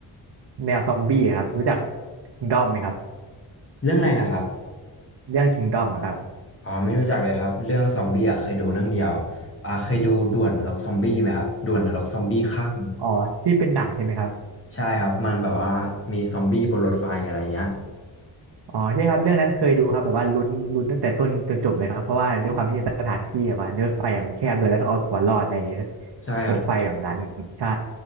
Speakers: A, on the right; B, on the left.
A: แนวซอมบี้ครับรู้จักค i งดอม m ไหมครับ
B: เรื่องอะไรนะครับ
A: เรื่องคิงด d o อะครับ
B: อ๋อไม่รู้จักเลยครับ เรื่องซอมบี้อ่ะเคยดูเรื่องเดียวอ่าเคยดูด่วนนรกซอมบี้ไหมครับด่วนนรกซอมบี้ข้าม
A: อ๋อที่เป็นหนังใช่ไหมครับ
B: ใช่ครับมันแบบว่ามีซอมบี้บนรถไฟอะไรเงี้ย
A: อ๋อใช่ครับเรื่องนั้นเคยดูครับแบบว่าลุ้นลุ้นตั้งแต่ต้นจนจบเลยครับเพราะว่าด้วยความที่สถานที่แบบว่ารถไฟอะมันแคบเลยแล้วต้องเอาตัวรอดใน
B: ใช่ครับ
A: รถไฟแบบนั้นใช่